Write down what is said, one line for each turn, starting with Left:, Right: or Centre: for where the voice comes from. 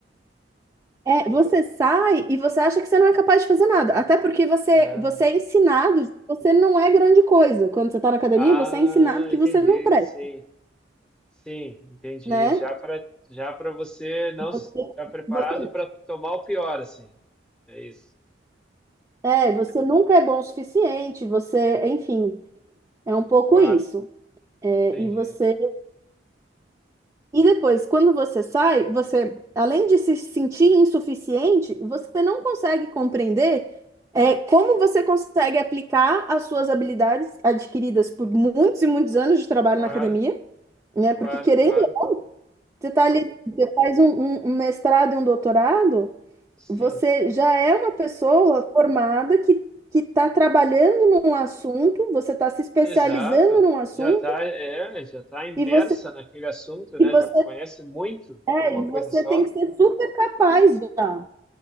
Right: É, você sai e você acha que você não é capaz de fazer nada. Até porque você,
Centre: Ah,
Right: você é ensinado que você não é grande coisa. Quando você está na academia, você
Centre: ah,
Right: é ensinado que
Centre: entendi.
Right: você não presta,
Centre: Sim. Sim, entendi.
Right: né?
Centre: Já para já para você não estar
Right: Você,
Centre: preparado
Right: você-
Centre: para tomar o pior, assim. É isso.
Right: é, você nunca é bom o suficiente, você, enfim, é um pouco
Centre: Claro,
Right: isso. É,
Centre: entendi.
Right: e você E depois, quando você sai, você, além de se sentir insuficiente, você não consegue compreender é, como você consegue aplicar as suas habilidades adquiridas por muitos e muitos anos de trabalho
Centre: Claro,
Right: na academia, né?
Centre: claro,
Right: Porque querendo
Centre: claro.
Right: ou não, você tá ali, você faz um, um- um mestrado e um doutorado,
Centre: Sim.
Right: você já é uma pessoa formada que que está trabalhando num assunto, você está se especializando
Centre: Exato.
Right: num assunto
Centre: Já tá, é, já tá imersa
Right: e você
Centre: naquele assunto, né?
Right: e você
Centre: Já conhece muito
Right: É,
Centre: de uma
Right: e você
Centre: coisa só.
Right: tem que ser super capaz já.